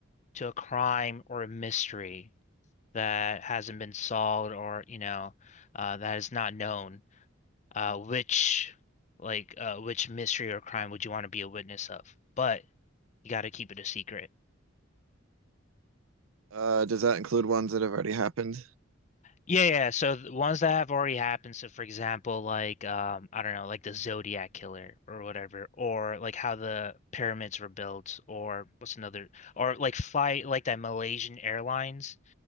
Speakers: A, on the left (about 35°); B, on the right (about 85°).
A: to a crime or a mystery that hasn't been solved or, you know, uh that is not known, uh which like uh which mystery or crime would you want to be a witness of? But you got to keep it a secret.
B: Uh, does that include ones that have already happened?
A: Yeah, yeah. So the ones that have already happened. So for example, like um, I don't know, like the Zodiac Killer or whatever, or like how the pyramids were built, or what's another, or like fly like that Malaysian Airlines.